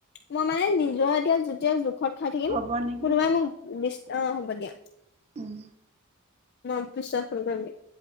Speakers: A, on the left (about 50°); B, on the right (about 30°).
A: মই মানে নিজৰ এতিয়া যোতিয়া জোখত খাই থাকিম
B: হ'ব নেকি
A: কোনোবাই মোক দিচ অ হ'ব দিয়া।
B: উম।
A: মই পিছত ফোন কৰিম‌ দিয়া